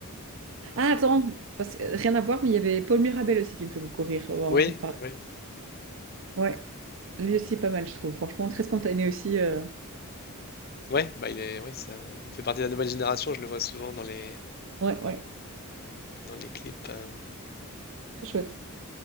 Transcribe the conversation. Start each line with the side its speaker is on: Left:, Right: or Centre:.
Right: Ah, attends, parce que rien à voir, mais il y avait Paul Mirabel aussi qui me fait beaucoup rire. Ouais,
Left: Oui,
Right: tu me parles.
Left: oui.
Right: Ouais, lui aussi, pas mal, je trouve. Franchement, très spontané aussi. euh,
Left: Ouais, bah il est, ouais, ça, il fait partie de la nouvelle génération, je le vois souvent dans les,
Right: Ouais, ouais,
Left: dans les clips. euh.
Right: très chouette.